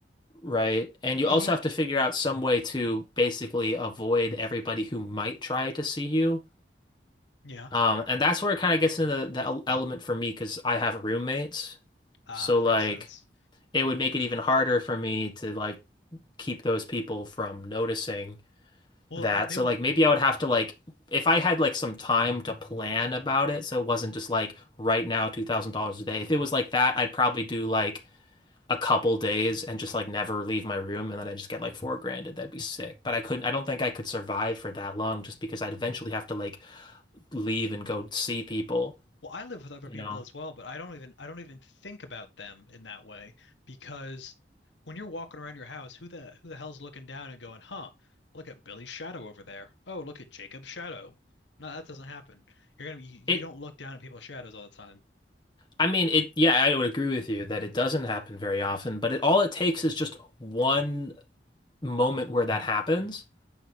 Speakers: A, on the left; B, on the left.
A: right? And you also
B: Uh-huh.
A: have to figure out some way to basically avoid everybody who might try to see you.
B: Yeah,
A: Um, and that's where it kind of gets into the, the el- element for me because I have roommates.
B: ah,
A: So
B: that
A: like
B: makes sense.
A: it would make it even harder for me to like keep those people from noticing
B: Well,
A: that.
B: I, they
A: So
B: will.
A: like maybe I would have to like if I had like some time to plan about it, so it wasn't just like right now $2,000 a day. If it was like that, I'd probably do like a couple days and just like never leave my room and then I just get like four grand that'd be sick. But I couldn't I don't think I could survive for that long just because I'd eventually have to like leave and go see people,
B: Well, I live with other
A: you
B: people
A: know?
B: as well, but I don't even I don't even think about them in that way because when you're walking around your house, who the who the hell's looking down and going, "Huh, look at Billy's shadow over there. Oh, look at Jacob's shadow." No, that doesn't happen. You're gonna be, you,
A: It,
B: you don't look down at people's shadows all the time.
A: I mean, it, yeah, I would agree with you that it doesn't happen very often, but it all it takes is just one moment where that happens,